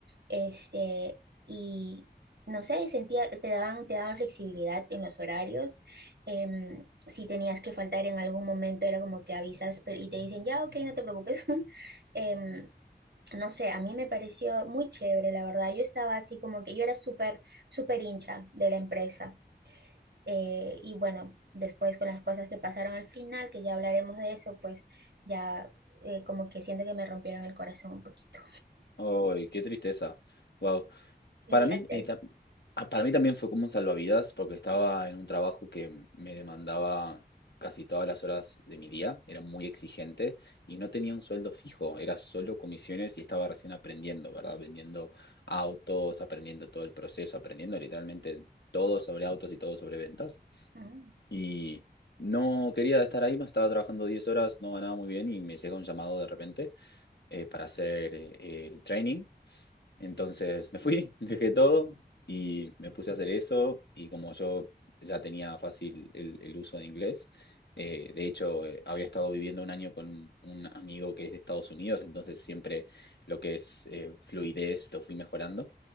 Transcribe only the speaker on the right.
Este, y no sé, sentía, te daban, te daban flexibilidad en los horarios. Em, si tenías que faltar en algún momento, era como que avisas pero- y te dicen, ya, ok, no te preocupes. <laughs> Em, no sé, a mí me pareció muy chévere, la verdad. Yo estaba así como que yo era súper, súper hincha de la empresa. Eh, y bueno, después con las cosas que pasaron al final, que ya hablaremos de eso, pues ya eh, como que siento que me rompieron el corazón un poquito.
Sí,
a- a-
ujú,